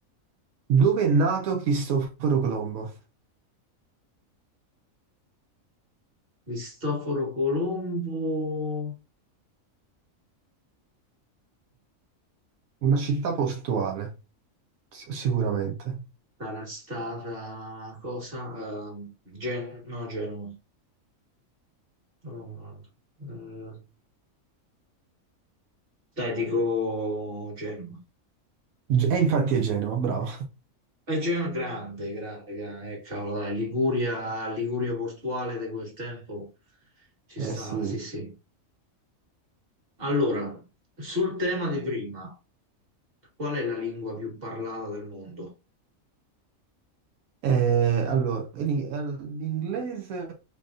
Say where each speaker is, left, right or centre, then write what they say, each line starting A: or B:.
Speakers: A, on the right; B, on the right.
A: dove è nato Cristoforo Colombo?
B: Cristoforo Colombo
A: Una città portuale, s- sicuramente.
B: sarà stata cosa? Ehm, Gen- no, Genova. No, no, eh, dai, dico Genova.
A: Ge- E infatti è Genova, bravo.
B: È Genova grande, grande, grande. Eh, cavolo, dai, Liguria, Liguria portuale di quel tempo ci stava,
A: Eh sì.
B: sì, sì. Allora, sul tema di prima, qual è la lingua più parlata del mondo?
A: Eh, allora, e l'ing- eh, l'inglese